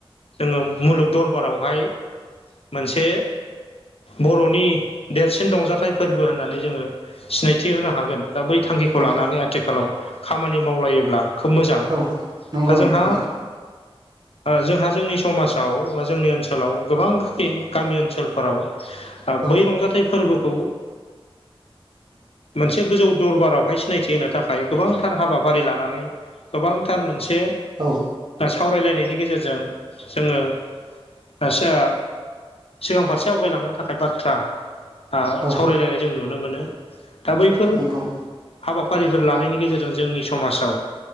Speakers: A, on the left; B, on the right.
A: जोंङो मुलुग दरबारावहाय मोनसे बर'नि देरसिन रंजाथाइ फोरबो होननानै जोंङो सिनायथि होनो हागोन दा बै थांखिखौ
B: औ
A: लानानै आथिखालाव खामानि मावलायोब्ला खोब मोजां
B: औ
A: दा
B: नंगौ
A: जोंहा
B: नंगौ नोंथां
A: जोंहा जोंनि समाजाव बा जोंनि ओनसोलाव गोबां गामि गामि ओनसोलफोराव
B: औ
A: बै रंजाथाइ फोरबोखौ मोनसे गोजौ दरबारावहाय- -सिनायथि होनो थाखाय गोबांथार हाबाफारि लानानै गोबांथार मोनसे
B: औ
A: सावरायलायनायनि गेजेरजों जोङो आसा सिगां फारसे आवगायलांनो थाखाय बाथ्रा आ
B: औ
A: सावरायलायनाय जों नुनो मोनो दा बैफोर
B: नंगौ
A: हाबाफारिफोर लानायनि गेजेरजों जोंनि समाजाव